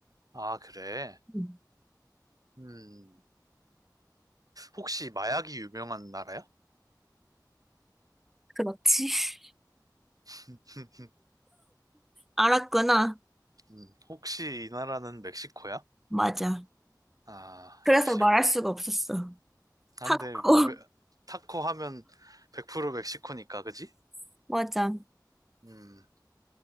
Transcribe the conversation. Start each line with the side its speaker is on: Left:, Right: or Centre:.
Right: 아 그래.
Centre: 음,
Right: 음, 혹시 마약이 유명한 나라야?
Centre: 그렇지. <laughs>
Right: <laughs>
Centre: 알았구나.
Right: 음, 혹시 이 나라는 멕시코야?
Centre: 맞아.
Right: 아,
Centre: 그래서
Right: 역시.
Centre: 말할 수가 없었어.
Right: 아,
Centre: 타코.
Right: 근데 뭐 메- 타코 하면 100% 멕시코니까, 그지?
Centre: <laughs> 맞아.
Right: 음.